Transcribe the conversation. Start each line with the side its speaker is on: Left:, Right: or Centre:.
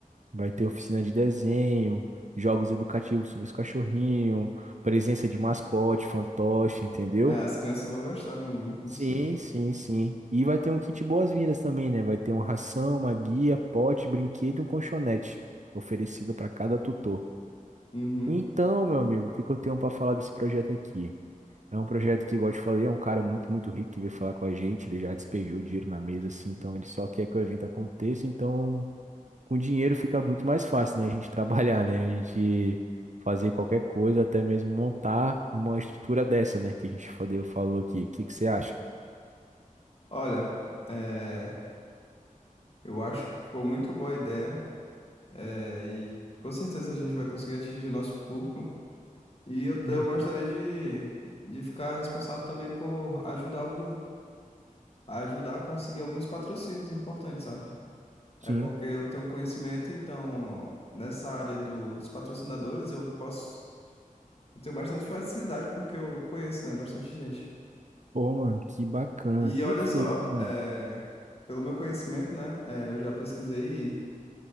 Right: Vai ter oficina de desenho, jogos educativos sobre os cachorrinhos, presença de mascote, fantoche, entendeu?
Left: É, as crianças vão gostar muito disso
Right: Sim,
Left: aí.
Right: sim, sim. E vai ter um kit boas-vindas também, né? Vai ter uma ração, uma guia, pote, brinquedo e um colchonete oferecido para cada tutor.
Left: Uhum.
Right: Então, meu amigo, o que que eu tenho para falar desse projeto aqui? É um projeto que, igual eu te falei, é um cara muito, muito rico que veio falar com a gente. Ele já despejou dinheiro na mesa, assim, então ele só quer que o evento aconteça. Então, com dinheiro fica muito mais fácil, né? A gente <laughs> trabalhar, né? A gente fazer qualquer coisa, até mesmo montar uma estrutura dessa, né? Que a gente fodeu falou aqui. O que que você acha?
Left: Olha, é, eu acho que foi muito boa a ideia, é, e com certeza a gente vai conseguir atingir o nosso público. E eu,
Right: Uhum.
Left: eu gostaria de, de ficar responsável também por ajudar algum a ajudar a conseguir alguns patrocínios importantes, sabe?
Right: Sim.
Left: É porque eu tenho conhecimento, então nessa área do, dos patrocinadores eu posso, eu tenho bastante facilidade porque eu conheço, né, bastante gente.
Right: Pô, mano, que bacana.
Left: E
Right: Perfeito,
Left: olha só,
Right: mano.
Left: é, pelo meu conhecimento, né, é, eu já pesquisei,